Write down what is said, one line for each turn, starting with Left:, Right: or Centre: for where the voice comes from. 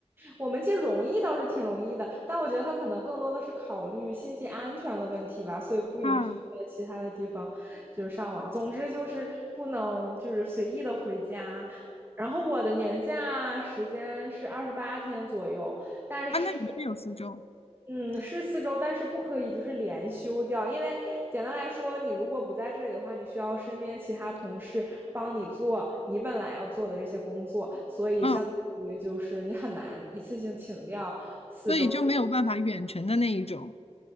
Right: 我们其实容易倒是挺容易的，但我觉得它可能更多的是考虑信息安全的问题吧，所以不允许在其他的地方就是上网。
Left: 啊
Right: 总之就是不能就是随意的回家。然后我的年假时间是二十八天左右，但是
Left: 啊，那你是有四周，
Right: 嗯，是四周，但是不可以就是连休掉，因为简单来说，你如果不在这里的话，你需要身边其他同事帮你做你本来要做的这些工作，所以相当于就是你很难一次性请掉四周
Left: 嗯，所以就没有办法远程的那一种。